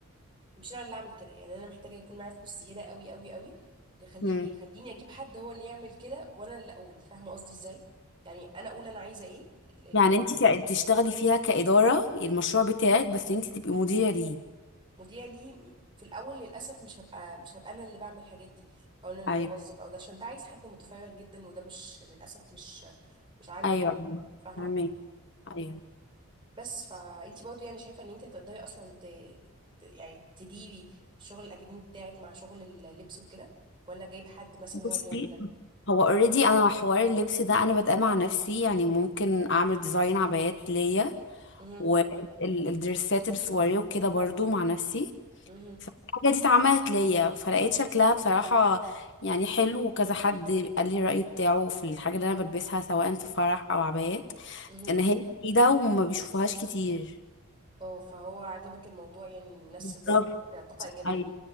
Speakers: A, on the right; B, on the left.
A: مش انا اللي اعمل كده يعني انا محتاجه يكون معايا فلوس زياده قوي قوي قوي يخلي
B: مم.
A: يخليني اجيب حد هو اللي يعمل كده وانا اللي اقول فاهمه قصدي ازاي يعني انا اقول انا عايزه ايه ال-
B: يعني انتي كا- تشتغلي فيها كإدارة المشروع بتاعك بس انتي تبقي مديرة ليه
A: المذيع لي في الاول للاسف مش هبقى مش هبقى انا اللي بعمل الحاجات دي او انا اللي
B: ايوه
A: بنظم او ده عشان ده عايز حد متفرغ جدا وده مش للاسف مش مش عندي
B: ايوه
A: يعني
B: ايوه
A: فاهمه
B: فاهمك ايوه
A: بس فانت برضو يعني شايفة ان انت هتقدري اصلا ت... ت- يعني تديري الشغل الاكاديمي بتاعك مع شغل اللبس وكده ولا جايب حد مثلا هو
B: بصي
A: اللي يعمل ده
B: هو اوريدي انا حوار اللبس ده انا بادئه مع نفسي يعني ممكن اعمل ديزاين عبايات ليا
A: امم
B: والدرسات السواري وكده برضو مع نفسي
A: امم
B: الحاجة دي اتعملت ليا فلقيت شكلها بصراحة يعني حلو وكذا حد قال لي الرأي بتاعه في الحاجة اللي أنا بلبسها سواء في فرح أو عبايات
A: امم
B: إن هي جديدة وما بيشوفوهاش كتير
A: اه فهو عجبك الموضوع يعني الناس
B: بالظبط
A: ادتك طاقة ايجابية
B: أيوة